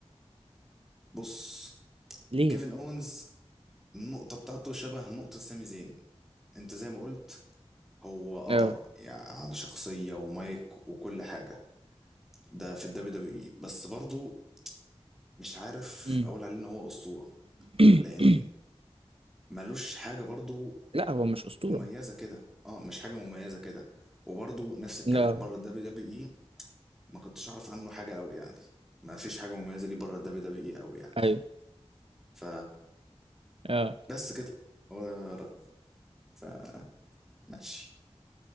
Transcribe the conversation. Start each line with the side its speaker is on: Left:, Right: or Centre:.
Centre: بص
Right: ليه
Centre: كيفن اونز النقطه بتاعته شبه نقطه سامي زين انت زي ما قلت هو اه
Right: اه
Centre: يعني عنده شخصية ومايك وكل حاجة ده في الدبليو دبليو اي بس برضه مش عارف
Right: امم
Centre: اقول عليه ان هو اسطورة
Right: <coughs>
Centre: لان ملوش حاجة برضه
Right: لا هو مش اسطوره
Centre: مميزة كده اه مش حاجة مميزة كده وبرضه نفس الكلام
Right: لا
Centre: بره الدبليو دبليو اي ما كنتش اعرف عنه حاجة قوي يعني ما فيش حاجة مميزة ليه بره الدبليو دبليو اي قوي يعني
Right: ايوه
Centre: ف
Right: آه.
Centre: بس كده هو ده رأيي ف ماشي